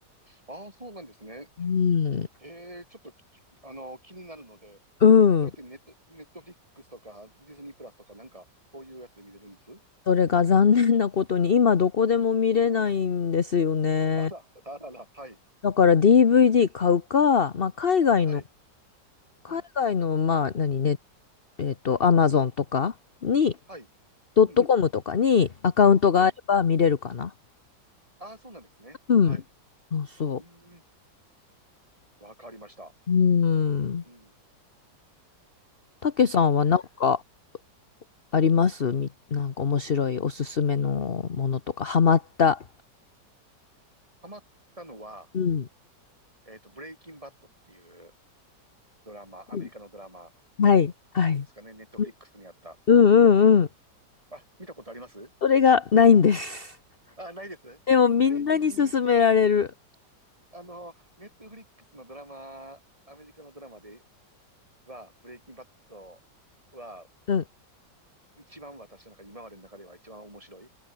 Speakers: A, on the right (about 20°); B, on the left (about 40°).
A: ああ、そうなんですね。
B: うん。
A: ええ、ちょっとき、あの、気になるので、
B: うん。
A: それってネット、ネットフリックスとか、ディズニープラスとか、なんか、そういうやつで見れるんです
B: それが残念なことに今どこでも見れないんですよね。
A: あら、あらら、はい。
B: だから DVD 買うか、まあ、海外の
A: はい。
B: 海外の、
A: うん。
B: まあ、何ね、えっと、アマゾンとかに、
A: はい。
B: ドットコムとかにアカウントがあれば見れるかな。
A: うん。はい。ああ、そうなんですね。
B: うん。
A: はい。う
B: そうそ
A: ーん。わかりました。
B: う。うん。
A: うん。
B: たけさんはなんか
A: へえ
B: ありますみ、なんか面白いおすすめのものとか、ハマった。
A: ハマったのは、
B: うん。
A: えっと、ブレイキンバットっていうドラマ、アメリカのドラマ
B: うんはい、はい。
A: ですかね。ネットフリックスにあった。
B: うんうんうん。
A: あ、見たことあります
B: それがないんです。
A: あ、ないです。
B: でもみんなに勧められる。
A: ブレイキン、あの、ネットフリックスのドラマ、アメリカのドラマでは、ブレイキンバットは、
B: うん。
A: 一番私の中、今までの中では一番面白い。